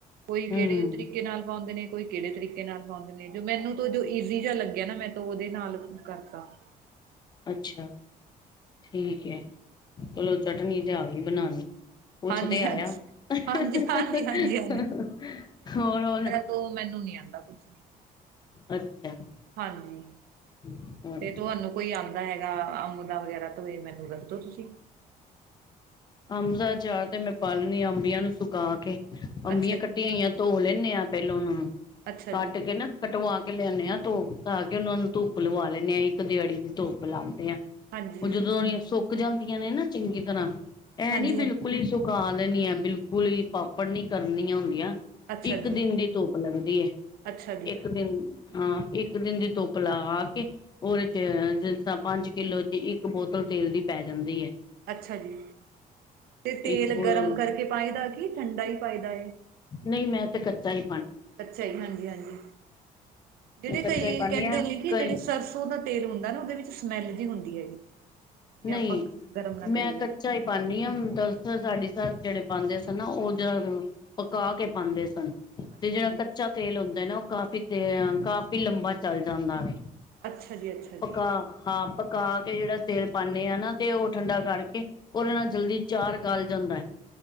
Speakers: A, on the right; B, on the left.
A: ਕੋਈ
B: ਹੂੰ
A: ਕੇੜੇ ਤਰੀਕੇ ਨਾਲ ਪਾਂਦੇ ਨੇ, ਕੋਈ ਕੇੜੇ ਤਰੀਕੇ ਨਾਲ ਪਾਂਦੇ ਨੇ, ਜੋ ਮੈਨੂੰ ਤੋ ਜੋ ਈਜ਼ੀ ਜਾ ਲੱਗੇਆ ਨਾ ਮੈੰ ਤਾਂ ਓਦੇ ਨਾਲ ਕਰ <inaudible>
B: ਅੱਛਾ, ਠੀਕ ਐ, ਚਲੋ ਚਟਨੀ ਤੇ ਆ ਗਈ ਬਨਾਨੀ। ਕੁਛ
A: ਹਾਂਜੀ
B: ਤੇ ਆਏਆ
A: ਹਾਂਜੀ
B: <unintelligible>
A: ਹਾਂਜੀ ਹਾਂਜੀ ਹਾਂਜੀ
B: ਹੋਰ-ਹੋਰ
A: ਤੋ ਮੈਨੂੰ ਨੀ ਆਂਦਾ ਕੁਛ ਨੀ
B: ਅੱਛਾ।
A: ਹਾਂਜੀ।
B: <inaudible>
A: ਤੇ ਤੁਹਾਨੂੰ ਕੋਈ ਆਂਦਾ ਹੈਗਾ ਅੰਮ ਦਾ ਵਗੈਰਾ ਤੁਸੀ ਮੈਨੂੰ ਦੱਸਦੋ ਤੁਸੀ
B: ਅੰਬ ਦਾ ਆਚਾਰ ਤੇ ਮੈਂ ਪਾ ਲੈਨੀ ਆਂ ਅੰਬੀਆਂ ਨੂੰ ਸੁੱਕਾ ਕੇ, ਅੰਬੀਆਂ
A: ਅੱਛਾ ਜੀ
B: ਕੱ ਟੀਆਂ ਹੋਈਆਂ ਧੋ ਲੈਂਨੇ ਆਂ, ਪੈਲਾਂ ਓਨਾਂ ਨੂੰ
A: ਅੱਛਾ
B: ਕੱਟ
A: ਜੀ
B: ਕੇ ਨਾ ਕਟਵਾ ਕੇ ਲਿਆਂਨੇ ਆਂ ਧੋ-ਧਾ ਕੇ ਓਨਾਂ ਨੂੰ ਧੁੱਪ ਲਵਾ ਲੈਂਨੇ ਆਂ, ਇੱਕ ਦੇਆੜੀ ਦੀ ਧੁੱਪ ਲਾਂਦੇ ਆਂ।
A: ਹਾਂਜੀ
B: ਓ ਜਦੋਂ ਦੀਆਂ ਸੁੱਕ ਜਾਂਦੀਆਂ ਨੇ ਨਾ ਚੰਗੀ ਤਰਾਂ ਐ
A: ਹਾਂਜੀ
B: ਨੀਂ
A: ਹਾਂਜੀ
B: ਬਿਲਕੁਲ ਈ ਸੁਕਾ ਦੇਨੀਆਂ ਬਿਲਕੁਲ ਈ ਪਾਪੜ ਨੀਂ ਕਰਨੀਆਂ ਹੁੰਦੀਆਂ
A: ਅੱਛਾ
B: ਇੱਕ
A: ਜੀ
B: ਦਿਨ ਦੀ ਧੁੱਪ ਲੱਗਦੀ ਐ,
A: ਅੱਛਾ ਜੀ
B: ਇੱਕ ਦਿਨ ਹਾਂ, ਇੱਕ ਦਿਨ ਦੀ ਧੁੱਪ ਲਗਾ ਕੇ ਓਦੇ 'ਚ ਜਿਸ ਤਰਾਂ ਪੰਜ ਕਿੱਲੋ 'ਚ ਇੱਕ ਬੋਤਲ ਤੇਲ ਦੀ ਪੈ ਜਾਂਦੀ ਐ।
A: ਅੱਛਾ ਜੀ, ਤੇ ਤੇਲ
B: ਇੱਕ ਬੋਤਲ
A: ਗਰਮ ਕਰਕੇ ਪਾਏਦਾ ਕੀ ਠੰਡਾ ਈ ਪਾਏਦਾ ਏ?
B: ਨਈਂ ਮੈਂ ਤੇ ਕੱਚਾ ਈ
A: ਕੱਚਾ ਈ? ਹਾਂਜੀ-ਹਾਂਜੀ ਜੇੜੇ
B: ਮੈਂ ਕੱਚਾ
A: ਕਈ
B: ਹੀ ਪਾਨੀ
A: ਕੇੰਦੇ
B: ਆ
A: ਨੇ ਕਿ
B: ਕਈ
A: ਜੇੜੇ ਸਰਸੋਂ ਦਾ ਤੇਲ ਹੁੰਦਾ ਨਾ, ਓਦੇ ਵਿੱਚ ਸਮੈਲ ਜੀ ਹੁੰਦੀ ਐ ਜੀ। ਜੇ
B: ਨਈਂ,
A: ਆਪਾਂ ਗਰਮ ਨਾ
B: ਮੈਂ
A: ਕਰੀਏ
B: ਕੱਚਾ ਈ ਪਾਂਨੀ ਆਂ, ਦਰਸੱਲ ਸਾਡੀ ਸੱਸ ਜੇੜੇ ਪਾਂਦੇ ਸਨ ਨਾ, ਓ ਪਕਾ ਕੇ ਪਾਂਦੇ ਸਨ।
A: ਅੱਛਾ
B: ਤੇ ਜੇੜਾ
A: ਜੀ
B: ਕੱਚਾ ਤੇਲ ਹੁੰਦਾ ਨਾ, ਓ ਕਾਫੀ ਦੇ, ਕਾਫੀ ਲੰਬਾ ਚਲ ਜਾਂਦਾ ਵੇ।
A: ਅੱਛਾ ਜੀ ਅੱਛਾ ਜੀ
B: ਪਕਾ ਹਾਂ ਪਕਾ ਕੇ ਜੇੜਾ ਤੇਲ ਪਾਂਨੇ ਆਂ ਨਾ, ਤੇ ਓ ਠੰਡਾ ਕਰਕੇ ਓਦੇ ਨਾਲ ਜਲਦੀ ਚਾਰ ਗੱਲ ਜਾਂਦੈ।